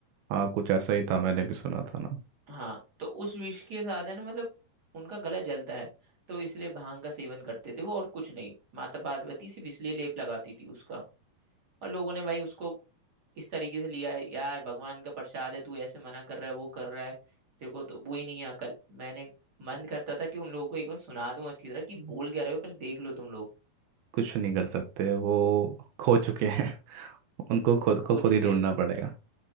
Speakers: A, on the right; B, on the right.
A: हाँ कुछ ऐसा ही था मैंने भी सुना था ना
B: हाँ तो उस विष के साथ है ना मतलब उनका गला जलता है तो इसलिए भांग का सेवन करते थे वो और कुछ नहीं माता पार्वती सिर्फ इसलिए लेप लगाती थी उसका और लोगों ने भाई उसको इस तरीके से लिया है यार भगवान का प्रसाद है तू ऐसे मना कर रहा है वो कर रहा है तेरे को तो वो ही नहीं है अकल मैंने मन करता था कि उन लोगों को एक बार सुना दूं अच्छी तरह
A: हम्म।
B: कि बोल क्या रहे हो पहले देख लो तुम लोग
A: कुछ नहीं कर सकते वो खो चुके हैं उनको खुद
B: वो खो
A: को खुद
B: चुके
A: ही ढूंढना
B: हैं
A: पड़ेगा